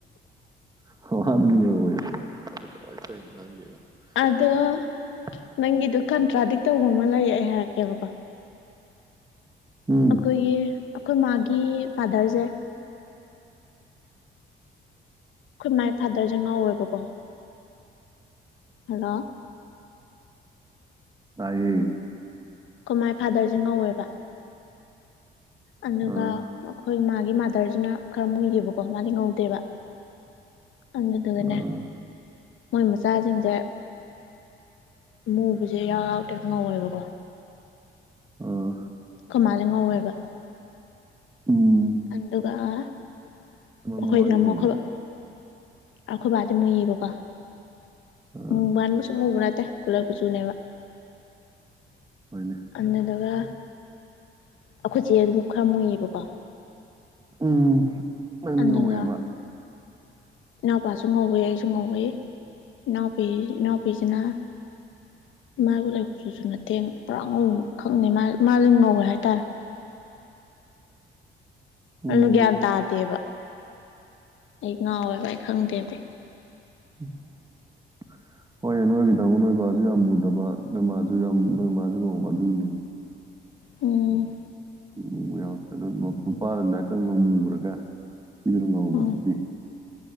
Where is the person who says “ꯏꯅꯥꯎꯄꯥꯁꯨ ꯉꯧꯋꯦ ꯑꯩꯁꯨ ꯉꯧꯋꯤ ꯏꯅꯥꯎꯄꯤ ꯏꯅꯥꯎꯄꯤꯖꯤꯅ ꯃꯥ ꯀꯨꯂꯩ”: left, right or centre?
Left